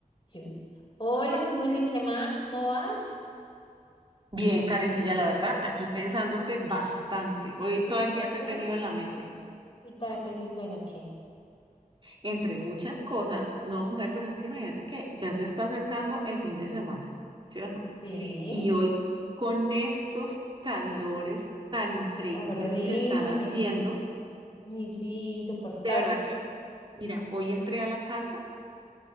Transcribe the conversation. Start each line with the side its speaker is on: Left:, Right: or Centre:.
Left: Yo. Hola Juli, ¿qué más? ¿Cómo vas?
Right: Bien, Karencilla, la verdad, aquí pensándote bastante. Hoy
Left: ¿Y
Right: todo el día
Left: eso?
Right: te he tenido en la mente.
Left: ¿Y para qué soy bueno o qué?
Right: Entre muchas cosas, no, mujer, pues es que imagínate que ya se está acercando el fin de semana, ¿sí o no?
Left: Sí,
Right: Y hoy, con estos calores tan increíbles
Left: horrible.
Right: que están haciendo,
Left: Uy, sí, insoportable.
Right: de verdad que, mira, hoy entré a la casa